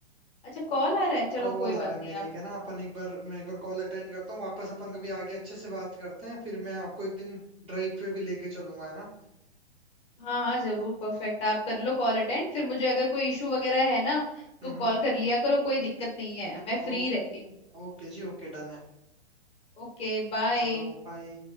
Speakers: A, on the left; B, on the right.
A: अच्छा कॉल आ रहा है चलो
B: कॉल
A: कोई बात
B: आ रहा है मेरे
A: नहीं आप
B: एक है ना अपन एक बार मैं एक बार कॉल अटेंड करता हूँ वापस अपन कभी आगे अच्छे से बात करते हैं फिर मैं आपको एक दिन ड्राइव पे भी लेके चलूंगा है ना
A: हाँ हाँ जरूर परफेक्ट आप कर लो कॉल अटेंड फिर मुझे अगर कोई इशू वगैरह है ना तो
B: हम्म
A: कॉल
B: हम्म
A: कर लिया करो कोई दिक्कत नहीं है मैं
B: ओ,
A: फ्री रहती हूँ
B: ओके जी ओके डन है
A: Okay bye
B: चलो बाय